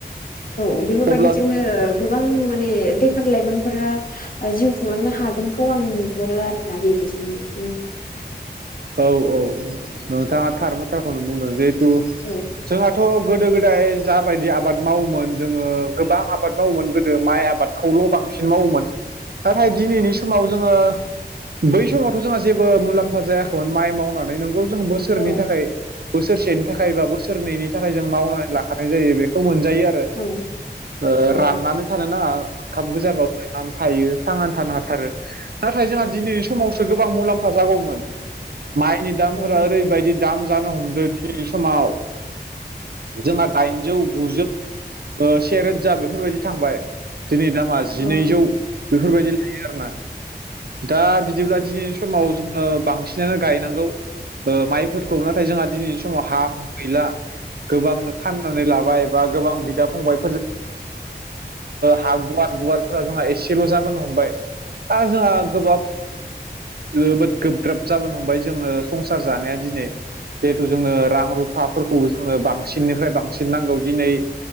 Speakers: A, on the left; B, on the right.
A: औ बेफोरबायदिजोंनो
B: अब्ला
A: गोबां माने बेखार लाइमोनफोरा जिउ खुंलांनो हागोनखौ आं नुहुरो आरो ना बिदिजोंनो उम।
B: औ औ औ नोंथाङा थार बाथ्राखौनो बुंदों जिहेथु
A: औ।
B: जोंहाथ' गोदो गोदाय जाबायदि आबाद मावोमोन जोङो गोबां आबाद मावोमोन गोदो माइ आबाद खौल' बांसिन मावोमोन। नाथाय दिनैनि समाव जोङो, बै समावथ' जोंहा जेबो मुलाम्फा जायाखै माइ मावनानै। नोंगौ जों बोसोरनि
A: औ
B: थाखाय बोसोरसेनि थाखाय बा बोसोरनैनि थाखाय जों मावनानै लाखानाय जायो बे खौ मोनजायो आरो।
A: औ
B: ओ
A: औ
B: राननानै थानो नाङा ओंखाम गोजाबाबोना थायो थांनानै थानो हाथारो। नाथाय जोंहा दिनै समावसो गोबां मुलाम्फा जागौमोन। माइनि दामफोरा
A: औ
B: ओरैबायदि दाम जानो हमदो दि समाव। जोंहा दाइनजौ गुजौ ओ सेरोजा बेफोरबायदि थांबाय दिनै दामा। जिनैजौ
A: औ
B: बेफोरबादि लायो आरोना। दा बिदिब्ला दिनै समाव जोङो बांसिनानो गायनांगौ ओ माइफोरखौ, नाथाय जोंहा दिनैनि समाव हा गैला गोबांनो फाननानै लाबाय बा गोबां बिदा फंबाय हा गुवार गुवारफोरा जोंहा एसेल' जाबोनो हमबाय दा जोंहा <unintelligible> जाबोन हमबाय जोङो संसार जानाया दिनै जिहेथु जोङो रां रु थाफोरखौबो जोंङो बांसिननिफ्राय बांसिन नांगौ दिनै